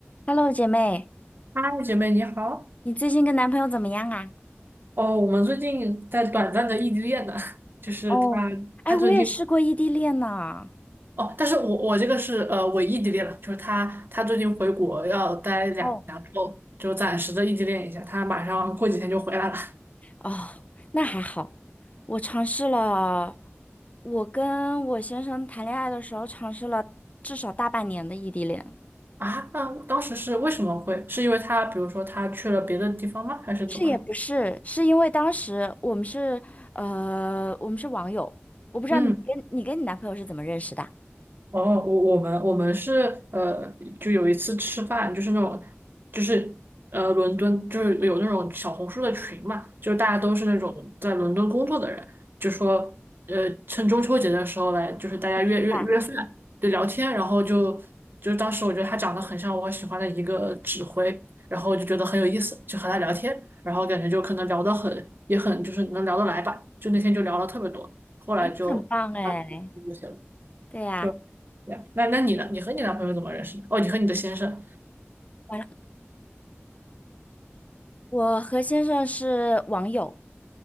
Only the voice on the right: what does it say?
嗨，姐妹你好。
哦，我们最近在短暂的异地恋呢，<laughs> 就是他，
他最近
哦，但是我我这个是呃伪异地恋了，就是他他最近回国要待两两周，
就暂时的异地恋一下，他马上过几天就回来了。<laughs>
啊，那当时是为什么会？是因为他比如说他去了别的地方吗？还是怎么的？
嗯。哦，我我们我们是呃，就有一次吃饭，就是那种，就是呃，伦敦就是有那种小红书的群嘛，就大家都是那种在伦敦工作的人，就说呃，趁中秋节的时候来，就是大家约约约饭，
对，聊天，然后就就当时我觉得他长得很像我喜欢的一个指挥，然后就觉得很有意思，就和他聊天，然后感觉就可能聊得很也很就是能聊得来吧，就那天就聊了特别多，后来就那
就了。
就，对啊，那那你呢？你和你男朋友怎么认识的？哦，你和你的先生。